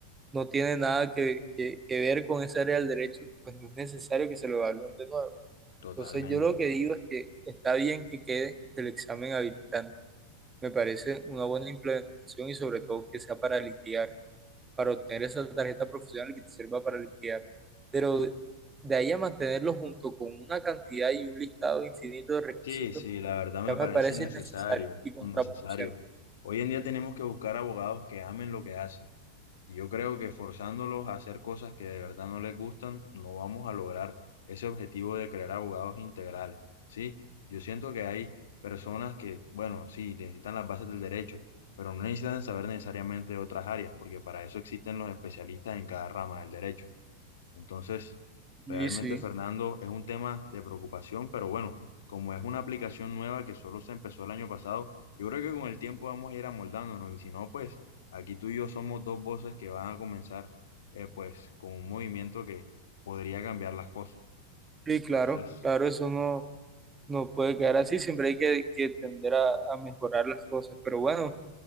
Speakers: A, on the right (about 15°); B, on the left (about 60°).
A: no tiene nada que, que- que ver con esa área del derecho, pues no es necesario que se lo evalúen de nuevo.
B: totalmente.
A: Entonces, yo lo que digo es que está bien que quede el examen habilitante. Me parece una buena implementación y sobre todo que sea para litigar. para obtener esa tarjeta profesional que te sirva para liquidar. Pero de ahí a mantenerlo junto con una cantidad y un listado infinito de requisitos,
B: Sí, sí, la verdad me
A: ya me
B: parece
A: parece
B: innecesario,
A: innecesario y contraproducente.
B: innecesario. Hoy en día tenemos que buscar abogados que amen lo que hacen Y yo creo que forzándolos a hacer cosas que de verdad no les gustan, no vamos a lograr ese objetivo de crear abogados integrales, ¿sí? Yo siento que hay personas que, bueno, sí, necesitan las bases del derecho, pero no necesitan saber necesariamente de otras áreas, porque para eso existen los especialistas en cada rama del derecho. Entonces, realmente,
A: Y sí,
B: Fernando, es un tema de preocupación, pero bueno, como es una aplicación nueva que solo se empezó el año pasado, yo creo que con el tiempo vamos a ir amoldándonos y si no, pues aquí tú y yo somos dos voces que van a comenzar eh, pues con un movimiento que podría cambiar las cosas.
A: sí, claro,
B: Entonces,
A: claro, eso no, no puede quedar así, siempre hay que, que tender a, a mejorar las cosas. Pero bueno,